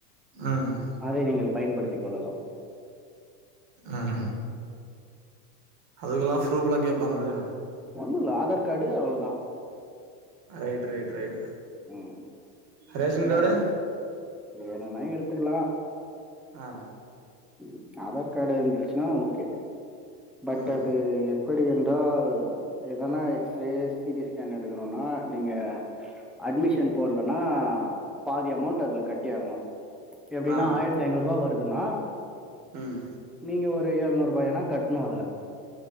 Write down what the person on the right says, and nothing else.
ம் ம்
ம் அதுக்குலா ப்ரூப்லா கேப்பாங்கல்ல
ரைட் ரைட் ரைட்
ரேஷன்
கார்டு
ஆ
ம்
ஆ
ம்